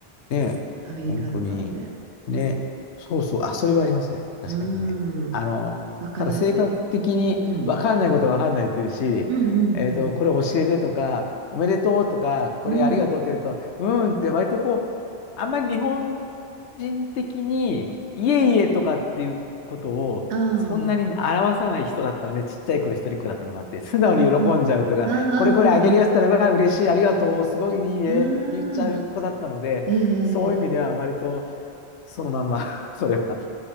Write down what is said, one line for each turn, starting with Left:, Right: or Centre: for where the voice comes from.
Left: ね、
Right: アメリカとかって。
Left: 本当に。ね、そうそう、あ、それはありますね。確かにね。
Right: うん。
Left: あの、
Right: わかりやすい。
Left: ただ性格的に分かんないことは分かんないって言うし、
Right: うん。うんうん
Left: えっと、これ教えてとか、おめでとうとか、これありがとうって言うと、
Right: うんうん。うん。
Left: うーんって割とこう、あんまり日本人的に、いえいえとかっていうことを、
Right: ああ。
Left: そんなに表さない人だったので、ちっちゃい頃一人っ子だったのもあって、素直に喜んじゃうとか、
Right: うんうん。ああ、
Left: これこれあげるやつったら、
Right: うん
Left: うわ、嬉しい、ありがとう、すごいいいねって言っちゃう子だったので、
Right: うん。ああ、ええ、ええ。
Left: そういう意味では割とそのまんま <laughs> それは。